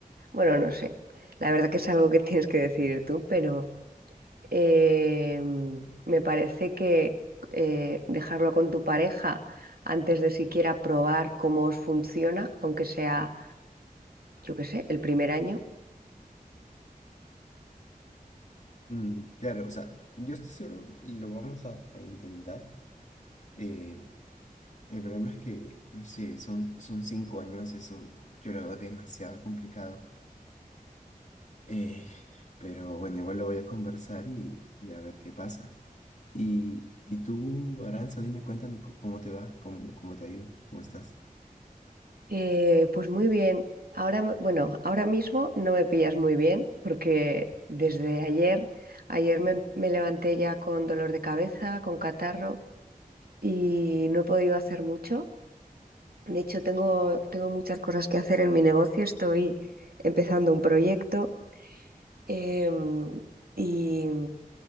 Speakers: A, on the right; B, on the left.
A: bueno, no sé, la verdad que es algo que tienes que decidir tú, pero eh, me parece que eh, dejarlo con tu pareja antes de siquiera probar cómo os funciona, aunque sea, yo qué sé, el primer año
B: Mm, claro, o sea, yo estoy seguro, lo vamos a a intentar Eh, el problema es que, no sé, son, son cinco años, eso yo lo veo demasiado complicado. Eh, pero bueno, igual lo voy a conversar y, y a ver qué pasa. Y, y tú, Aranza, dime, cuéntame c- cómo te va, cómo, cómo te ha ido, cómo estás.
A: Eh, pues muy bien. Ahora, m- bueno, ahora mismo no me pillas muy bien porque desde ayer, ayer me, me levanté ya con dolor de cabeza, con catarro y no he podido hacer mucho. De hecho, tengo, tengo muchas cosas que hacer en mi negocio. Estoy empezando un proyecto em, y,